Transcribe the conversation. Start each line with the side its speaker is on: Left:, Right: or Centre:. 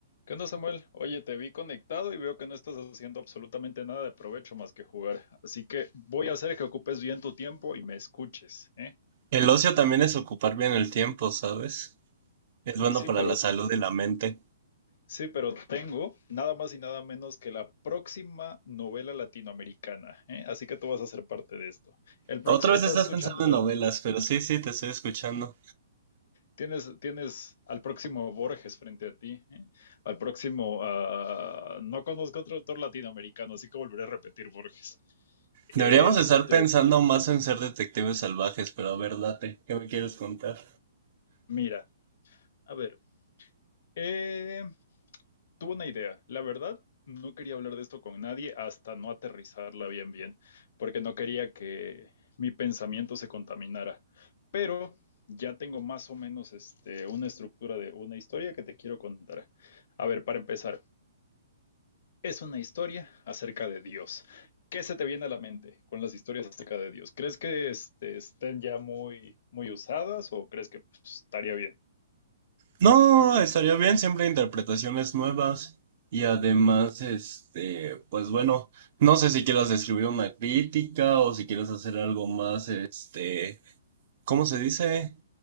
Left: ¿Qué onda, Samuel? Oye, te vi conectado y veo que no estás haciendo absolutamente nada de provecho más que jugar. Así que voy a hacer que ocupes bien tu tiempo y me escuches, ¿eh?
Right: El ocio también es ocupar bien el tiempo, ¿sabes? Es bueno
Left: Sí,
Right: para
Left: pero,
Right: la salud y la mente.
Left: sí, pero tengo nada más y nada menos que la próxima novela latinoamericana, ¿eh? Así que tú vas a ser parte de esto. El próximo,
Right: Otra vez
Left: estás
Right: estás
Left: escuchando,
Right: pensando en novelas,
Left: el-
Right: pero sí, sí, te estoy escuchando.
Left: tienes, tienes al próximo Borges frente a ti, ¿eh? Al próximo, ah, no conozco otro autor latinoamericano, así que volveré a repetir Borges.
Right: Deberíamos
Left: Este,
Right: estar pensando más en ser detectives salvajes, pero a ver, date, ¿qué me quieres contar?
Left: mira. A ver, eh, tuve una idea. La verdad, no quería hablar de esto con nadie hasta no aterrizarla bien, bien, porque no quería que mi pensamiento se contaminara. Pero ya tengo más o menos este, una estructura de una historia que te quiero contar. A ver, para empezar, es una historia acerca de Dios. ¿Qué se te viene a la mente con las historias acerca de Dios? ¿Crees que este, estén ya muy, muy usadas o crees que pues, estaría bien?
Right: No, estaría bien siempre interpretaciones nuevas. Y además, este, pues bueno, no sé si quieras escribir una crítica o si quieres hacer algo más, este, ¿cómo se dice?